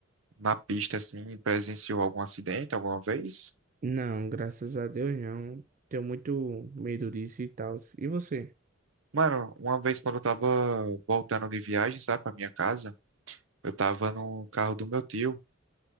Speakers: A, on the right; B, on the right.
A: na pista, assim, e presenciou algum acidente alguma vez?
B: não, graças a Deus não. Tenho muito medo disso e tal. E você?
A: Mano, uma vez quando eu tava voltando de viagem, sabe, pra minha casa, eu tava no carro do meu tio.